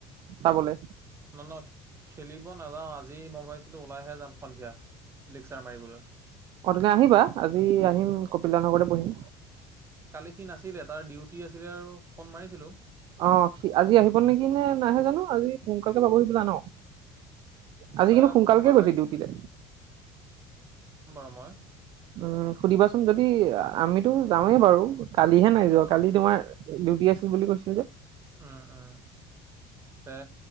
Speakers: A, on the right; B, on the right.
A: চাবলে?
B: নহ ন খেলিব নাযাও আজি মই ভাবিছিলো ওলাইহে যাম। সন্ধিয়া লেকচাৰ মাৰিবলৈ
A: অ তেনে আহিবা আজি আহিম কপিল নগৰতে বহিম।
B: কালি সি নাছিলে তাৰ ডিউটি আছিলে আৰু ফোন মাৰিছিলো
A: অ সি আজি আহিব নেকি? নে নাইহে জানো আজি সোনকালকে পাবহি ন? আজি
B: তাক
A: কিন্তু সোনকালকে
B: ফোন এটা
A: গৈছে
B: মাৰি
A: ডিউটিতে
B: সময়
A: উম সুধিবাচোন যদি আমিতো যাওঁৱেই বাৰু কালিহে নাই যোৱা
B: অঁ
A: কালি তোমাৰ ডিউটি আছিল বুলি কৈছিলো যে।
B: উম উম এ